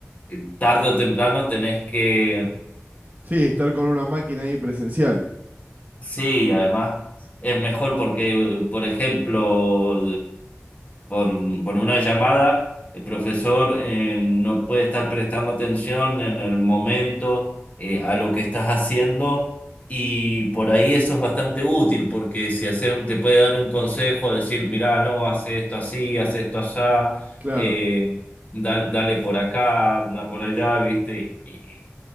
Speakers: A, on the left (about 30°); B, on the right (about 35°).
A: eh, tarde o temprano tenés que,
B: Sí, estar con una máquina ahí presencial.
A: sí, además es mejor porque, por ejemplo, por, por una llamada, el profesor eh, no puede estar prestando atención en el momento eh, a lo que estás haciendo y por ahí eso es bastante útil porque si hacer, te puede dar un consejo, decir, mirá, no, hace esto así, hace esto allá,
B: Claro,
A: eh, dal- dale por acá, anda por allá, ¿viste? Y-